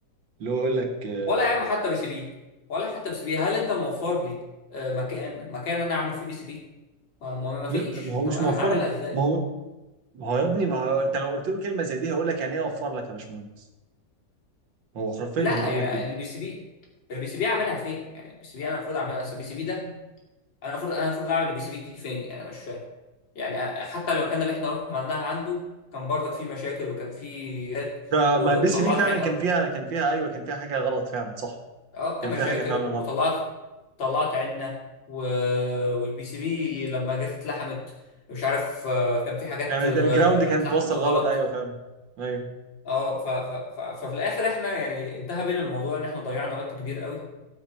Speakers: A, on the right; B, on the left.
A: اللي هو يقول لك آه،
B: ولا يا عم حتى بي سي بي ولا حتى بي سي بي هل انت موفر لي آه مكان مكان انا اعمل فيه بي سي بي ما, ما ما
A: لا
B: فيش
A: ما هو مش
B: طب انا
A: موفر
B: هعملها ازاي
A: ما هو ما هو يا ابني ما هو انت لو قلت له كلمه زي دي هيقول لك يعني ايه اوفر لك يا باشمهندس هو حرفيا
B: لا
A: هيقول
B: يعني
A: لك كده
B: البي سي بي البي سي بي اعملها فين يعني البي سي بي انا المفروض اعملها اصل البي سي بي ده انا المفروض انا المفروض اعمل البي سي بي دي فين يعني انا مش فاهم يعني حتى المكان اللي احنا رحنا عملناها عنده كان برضك فيه مشاكل وكان فيه جد،
A: ده
B: وطلعت
A: ما البي سي بي فعلا
B: عين
A: كان فيها كان فيها ايوه كان فيها حاجه غلط فعلا صح
B: عملت
A: كان
B: مشاكل
A: فيها حاجه فعلا غلط
B: وطلعت طلعت عنا و... والبي سي بي لما جت اتلحمت مش عارف آه، كان في حاجات
A: يعني
B: آه،
A: الجراوند كانت
B: اتلحمت
A: توصل غلط
B: غلط
A: ايوه فعلا ايوه
B: اه ف... ف... ف... ففي الاخر احنا يعني انتهى بينا الموضوع ان احنا ضيعنا وقت كبير قوي